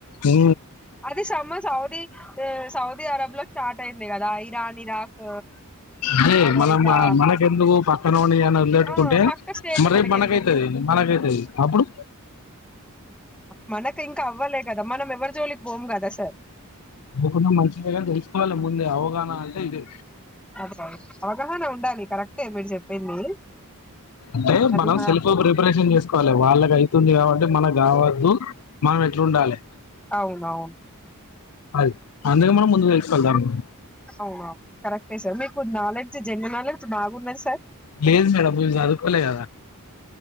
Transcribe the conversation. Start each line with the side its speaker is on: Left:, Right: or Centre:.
Left: హు
Centre: అది సమ్మర్ సౌదీ ఆ, సౌదీ అరబ్ లో స్టార్ట్ అయింది కదా ఇరాన్ ఇరాక్
Left: హే
Centre: అమెరికా
Left: మనం మనకెందుకు పక్కనోని అని వదిలేట్టుకుంటే
Centre: ఆ పక్క స్టేట్
Left: మరి
Centre: మనకెందుకు
Left: రేపు మనకైతది మనకైతది అప్పుడు
Centre: మనకి ఇంకా అవ్వలే కదా మనం ఎవ్వర్ జోలికి పోం కదా సార్
Left: పోకున్న మంచిదే గాని తెలుసుకోవాలే ముందే అవగాహన అయితే ఇదే
Centre: అదే అవగాహన ఉండాలి కరెక్టే మీరు చెప్పింది
Left: అంటే
Centre: అది
Left: మనం
Centre: మా
Left: సెల్ఫ్ ప్రిపరేషన్ చేసుకోవాలే వాళ్ళకి అయితుంది కాబట్టే మనకు కావద్దు మ ఎట్లుండాలే
Centre: అవునవును
Left: అది అందుకే మనం ముందు తెలుసుకోవాలి దాని
Centre: అవున కరెక్టే సార్ మీకు నాలెడ్జ్ జనరల్ నాలెడ్జ్ బాగున్నది సార్
Left: లేదు మేడం నేను చదువుకోలే కాద